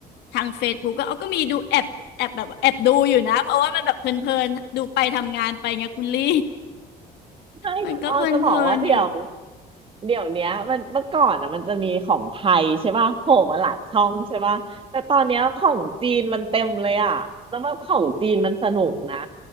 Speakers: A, on the left (about 80°); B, on the right (about 30°).
A: ทางเฟซบุ๊กก็อ้อก็มีดูแอบแอบแบบแอบดูอยู่นะเพราะว่ามันแบบเพลินๆดูไปทำงานไปไงคุณลี่
B: ให้คุณอ้อจะบอกว่าเดี๋ยว
A: มันก็เพลินๆลอยู่
B: เดี๋ยวเนี้ยมันเมื่อก่อนอ่ะมันจะมีของไทยใช่ป่ะโผล่มาหลายช่องใช่ป่ะแต่ตอนเนี้ยของจีนมันเต็มเลยอ่ะแล้วว่าของจีนมันสนุกนะ